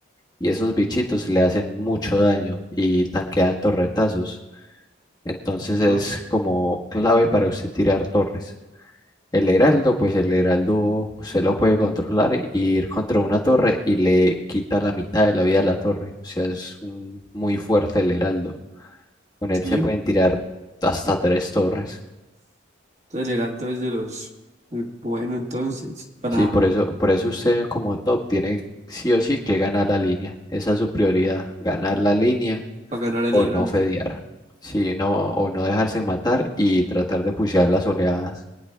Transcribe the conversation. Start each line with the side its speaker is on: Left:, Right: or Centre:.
Left: y esos bichitos le hacen mucho daño y tanquean torretazos. Entonces
Right: Ajá,
Left: es como clave para usted tirar torres. El heraldo, pues el heraldo se lo puede controlar y ir contra una torre y le quita la mitad de la vida a la torre. O sea, es un- muy fuerte el heraldo. Con
Right: sí,
Left: él se pueden tirar hasta tres torres.
Right: entonces el heraldo es de los, el bueno entonces, para,
Left: Sí, por eso, por eso usted como top tiene sí o sí que ganar la línea. Esa es su prioridad, ganar la línea
Right: para ganar el
Left: o
Right: heraldo.
Left: no fedear. Sí, no, o no dejarse matar y tratar de pushear las oleadas.